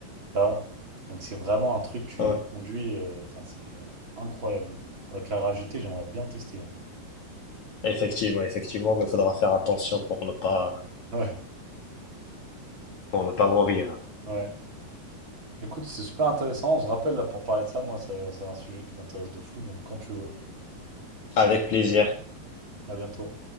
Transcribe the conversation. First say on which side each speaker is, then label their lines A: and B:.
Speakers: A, on the right; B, on the left.
A: tu vois. Donc, c'est vraiment un truc, tu
B: ouais.
A: conduis, euh, enfin, c'est incroyable. La carrière GT, j'aimerais bien tester. hein.
B: Effectivement, effectivement, mais il faudra faire attention pour ne pas,
A: Ouais,
B: pour ne pas mourir.
A: ouais. Écoute, c'est super intéressant. On se rappelle là pour parler de ça. Moi, ça- c'est un sujet qui m'intéresse de fou. Donc, quand tu veux.
B: Avec plaisir.
A: À bientôt.